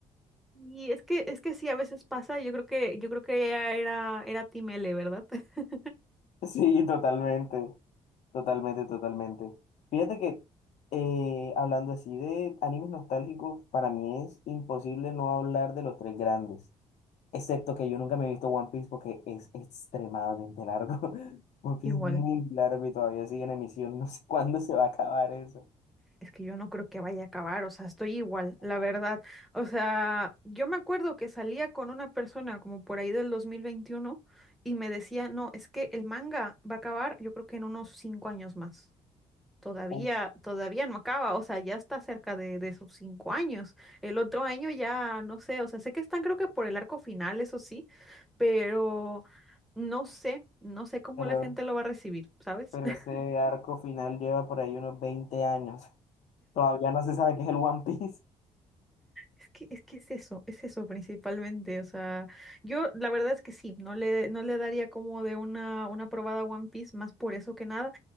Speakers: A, in the centre; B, on the left.
A: Y es que, es que sí, a veces pasa, yo creo que, yo creo que ella era, era Team L, ¿verdad? <laughs>
B: Sí, totalmente, totalmente, totalmente. Fíjate que eh, hablando así de animes nostálgicos, para mí es imposible no hablar de los tres grandes. Excepto que yo nunca me he visto One Piece porque es extremadamente largo. <laughs> One Piece
A: Igual.
B: es muy largo y todavía sigue en emisión. No sé cuándo se va a acabar eso.
A: Es que yo no creo que vaya a acabar, o sea, estoy igual, la verdad. O sea, yo me acuerdo que salía con una persona como por ahí del 2021 y me decía, no, es que el manga va a acabar yo creo que en unos cinco años más. Todavía,
B: Ups,
A: todavía no acaba, o sea, ya está cerca de, de esos cinco años. El otro año ya, no sé, o sea, sé que están creo que por el arco final, eso sí, pero no sé, no sé cómo
B: Pero,
A: la gente lo va a recibir, ¿sabes?
B: pero
A: <laughs>
B: ese arco final lleva por ahí unos 20 años. Todavía no se sabe qué es el One Piece.
A: Es que, es que es eso, es eso principalmente. O sea, yo la verdad es que sí, no le, no le daría como de una, una probada a One Piece más por eso que nada,